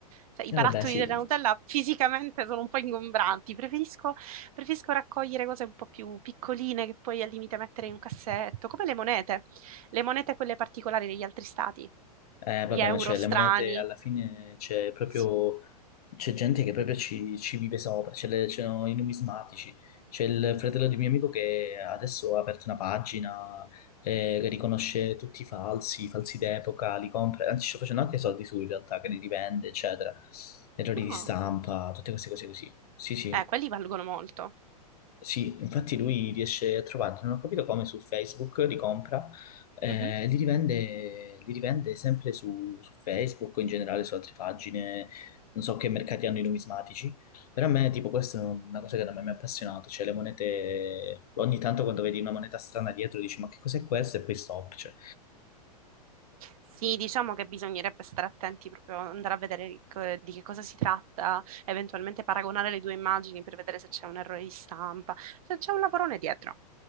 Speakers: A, on the right; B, on the left.
A: cioè, i
B: E
A: barattoli
B: vabbè, sì,
A: della Nutella fisicamente sono un po' ingombranti. Preferisco, preferisco raccogliere cose un po' più piccoline che poi al limite mettere in un cassetto, come le monete, le monete quelle particolari degli altri stati,
B: Eh, vabbè,
A: gli euro
B: ma c'è
A: strani.
B: le monete alla fine c'è proprio
A: Sì,
B: c'è gente che proprio ci, ci vive sopra, c'è le- c'erano i numismatici, c'è il fratello di un mio amico che adesso ha aperto una pagina eh, che riconosce tutti i falsi, i falsi d'epoca, li compra, anzi sta facendo anche soldi su in realtà, che li rivende, eccetera, errori
A: no,
B: di stampa, tutte queste cose così. Sì, sì.
A: eh, quelli valgono molto.
B: Sì, infatti lui riesce a trovarli, non ho capito come su Facebook li compra, eh,
A: Mhm.
B: li rivende, li rivende sempre su, su Facebook o in generale su altre pagine, non so che mercati hanno i numismatici, però a me tipo questa è una cosa che da me mi ha appassionato, cioè le monete, ogni tanto quando vedi una moneta strana dietro dici ma che cos'è questo e poi stop, cioè.
A: Sì, diciamo che bisognerebbe stare attenti proprio andare a vedere di co- di che cosa si tratta, eventualmente paragonare le due immagini per vedere se c'è un errore di stampa, se c'è un lavorone dietro.